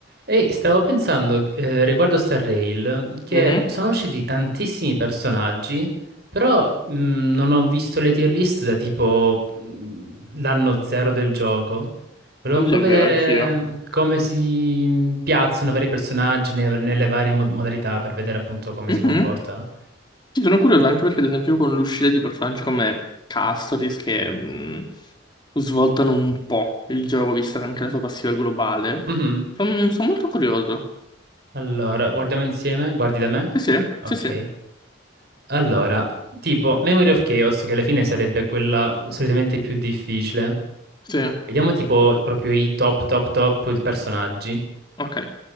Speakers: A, on the right; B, on the left.
A: Ehi, stavo pensando eh, riguardo Star Rail che
B: Mhm.
A: sono usciti tantissimi personaggi, però mh, non ho visto le tier list da tipo mh, l'anno zero del gioco. Volevo
B: Oddio,
A: un po' vedere
B: è vero, anch'io.
A: come si piazzano i vari personaggi ne- nelle varie mo- modalità per vedere appunto come
B: Mhm.
A: si comportano.
B: Sì, sono curioso anche perché, ad esempio, con l'uscita di personaggi come Castoris, che mh, svoltano un po' il gioco, vista anche la sua passiva globale,
A: Mhm.
B: sono molto curioso.
A: Allora, guardiamo insieme, guardi da me.
B: Sì, sì,
A: Ok.
B: sì, sì,
A: Allora, tipo Memory of Chaos, che alla fine sarebbe quella solitamente più difficile.
B: sì,
A: Vediamo tipo proprio i top top top personaggi.
B: ok.